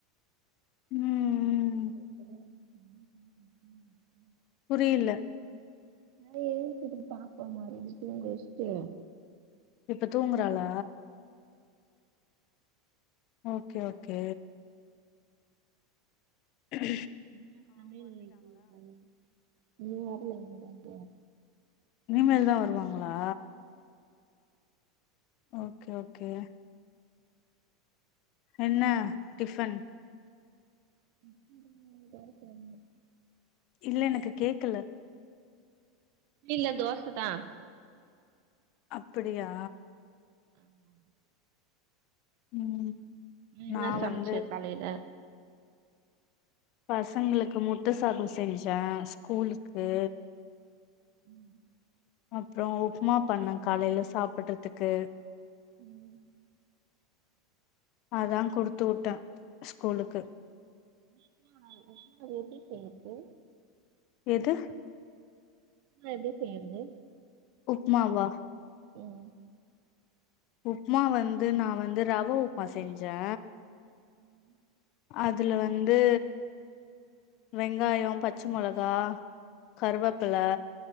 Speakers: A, on the left (about 40°); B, on the right (about 50°).
A: ம் ம்
B: <unintelligible> <unintelligible>
A: புரியில
B: நா என்ச்சிட்டு பாப்பமாறு என்ன தூங்க வச்சிட்டு
A: இப்ப தூங்குறாளா ஓகே ஓகே உம்
B: என்ன சமையல் <unintelligible> நீ வர்ல இங்க பாத்தியா
A: இனிமேல் தா வருவாங்களா ஓகே ஓகே என்ன டிஃபன்
B: <inaudible>
A: இல்ல எனக்கு கேக்கல
B: இல்ல தோசதா
A: அப்புடியா
B: <inaudible>
A: ம்
B: நீ என்ன
A: நா
B: சமைச்ச
A: வந்து
B: காலேல
A: பசங்களுக்கு முட்ட சாத செஞ்ச ஸ்கூலுக்கு
B: ம் <inaudible>
A: அப்றோ உப்புமா பண்ண காலேல சாப்பட்றதுக்கு
B: ம்
A: அதா குடுத்துவுட்ட ஸ்கூலுக்கு
B: <unintelligible> அது எப்டி செய்யர்த்து
A: எது
B: உப்புமா எப்டி செய்யறது
A: உப்மாவா
B: ம்
A: உப்மா வந்து நா வந்து ரவா உப்மா செஞ்சே
B: ம்
A: அதுல வந்து வெங்காயொ பச்ச மொளகா கருவப்பில